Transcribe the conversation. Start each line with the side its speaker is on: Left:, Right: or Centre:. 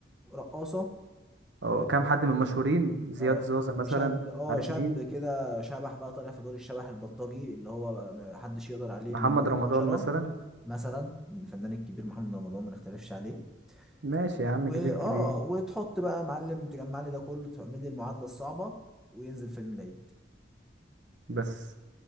Centre: رقاصة
Right: اه
Centre: آه،
Right: كام حد من المشهورين زياد
Centre: آه،
Right: زوزة مثلا
Centre: شاب اه
Right: عارف
Centre: شاب
Right: مين
Centre: كده شبح بقى طالع في دور الشبح البلطجي اللي هو بقى ما حدش يقدر عليه
Right: محمد
Centre: اللي يموت
Right: رمضان
Centre: عشرة
Right: مثلا
Centre: مثلا الفنان الكبير محمد رمضان ما نختلفش عليه
Right: ماشي يا عم
Centre: واه
Right: كبير كبير
Centre: وتحط بقى يا معلم تجمع لي ده كله تعمل لي المعادلة الصعبة وينزل فيلم العيد
Right: بس